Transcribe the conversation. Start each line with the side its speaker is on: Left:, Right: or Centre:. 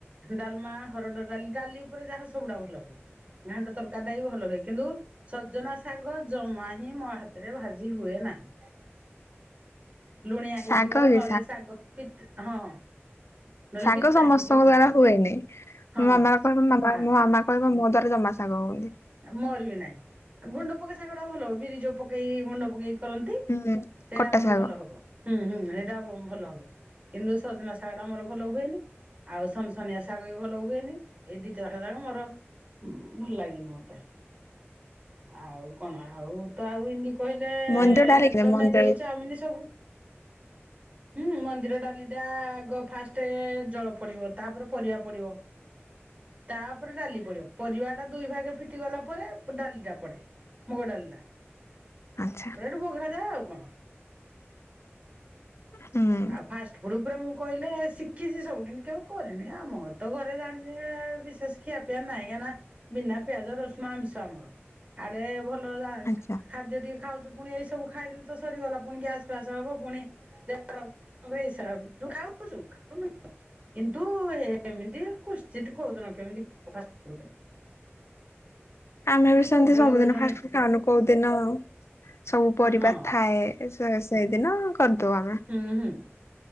Right: ଡାଲମା ହରଡ ଡାଲି ଡାଲି ଉପରେ ଯାହା ସବୁଡା ଭଲ ହୁଏ। ଘାଣ୍ଟ ତରକାରୀ ଟା ବି ଭଲ ହୁଏ। କିନ୍ତୁ ସଜନା ଶାଗ ଜମା ହିଁ ମୋ ହାତରେ ଭା ଜି ହୁଏ ନାହିଁ ଲୁଣିଆ
Left: ଶାଗ
Right: ହେଇଯିବ
Left: କି
Right: ନହେଲେ ଶାଗ ପିତ୍। ହଁ। ନହେଲେ
Left: ଶାଗ
Right: ପିତା
Left: ସମସ୍ତଙ୍କ
Right: ହେଇଯିବ
Left: ଦ୍ଵାରା ହୁଏନି
Right: ହଁ।
Left: ମୋ କହିବ ମାମା
Right: ଆ
Left: ମୋ ମାମା କହିବ ମୋ ଦ୍ଵାର ଜମା ଶାଗ ହଉନି।
Right: ମୋରବି ନାହିଁ ଗୁଣ୍ଡ ପକା ଶାଗ ଟା ଭଲ ବିରି ଯୋଉ ପକେଇ ଗୁଣ୍ଡ ପକେଇ। କରନ୍ତି
Left: ହୁଁ।
Right: ସେଇଟା
Left: କଟା
Right: ମୋର
Left: ଶାଗ
Right: ଭଲ ହବ ହୁଁ ହୁଁ ସେଇଟା ଭଲ ହବ। କିନ୍ତୁ ସଜନା ଶାଗଟା ମୋର ଭଲ ହୁଏନି। ଆଉ ସନସନିଆ ଶାଗ ବି ଭଲ ହୁଏନି। ଏଇ ଦିଟା ଯାକ ଶାଗ ମୋର ଉଁ, ଭଲ ଲାଗେନି ମୋ ତେ। ଆଉ କଣ, ଆଉ ତ ଆଉ ଏମତି କହିଲେ
Left: ମଞ୍ଜ ଟା ଲେଖିଦେ
Right: ତ ମ୍ୟାଗି,
Left: ମଞ୍ଜ
Right: ଚାଉମିନ୍ ସବୁ। ହୁଁ, ମନ୍ଦିର ଡାଲିଟା ଆଗ ଫାଷ୍ଟ ଜଳ ପଡିବ ତାପରେ ପରିବା ପଡିବ। ତାପରେ ଡାଲି ପଡିବ ପରିବା ଟା ଦୁଇ ଭାଗେ ଫିଟି ଗଲା ପରେ ଡାଲ ଯା ପଡେ ମୁଗ ଡାଲି ଟା।
Left: ଆଚ୍ଛା।
Right: ସେଠୁ ବଘରା ଯାଏ ଆଉ କଣ।
Left: ହୁଁ।
Right: ଆଉ ଫାଷ୍ଟ ଫୁଡ୍ ଉପରେ ମୁଁ କଇଲେ ଶିଖିଛି ସବୁ କିନ୍ତୁ କେବେ କରିନି। ଆମ ଘ ତ ଘରେ ଜାଣିଚି ଯେ ବିଶେଷ ଖିଆ ପିଆ ନାଇଁ। କାହିଁକି ନା ବିନା ପିଆଜ, ରସୁଣ, ଆମିଷ ଆମର। ଆରେ ଭଲ ଯା
Left: ଆଚ୍ଛା
Right: ଖାଦ୍ୟ ଟିକେ ଖାଉଛୁ ପୁଣି ଏଇ ସବୁ ଖାଇଦେଲେ ତ ସରିଗଲା ପୁଣି ଗ୍ୟାସ୍ ଫ୍ୟାସ ହବ ପୁଣି। <unintelligible> ମୁଁ କଏ ଏ <unintelligible> ତୁ ଖାଉଛୁ ଖାଉନୁ <inaudible> କିନ୍ତୁ ଏମିତି କୁଶ୍ଚିତ କୋଉଦିନ କେମିତି ଫାଷ୍ଟଫୁଡ ପାଇଁ।
Left: ଆମେ ବି ସେମିତି
Right: ସବୁବେଳେ
Left: ସବୁଦିନ
Right: ଜଣେ
Left: ଫାଷ୍ଟଫୁଡ ଖାଉନୁ। କୋଉଦିନ ସବୁ ପରିବା
Right: ହଁ
Left: ଥାଏ। ଏ ସେ ସେଇଦିନ କରିଦଉ ଆମେ।
Right: ହୁଁ, ହୁଁ।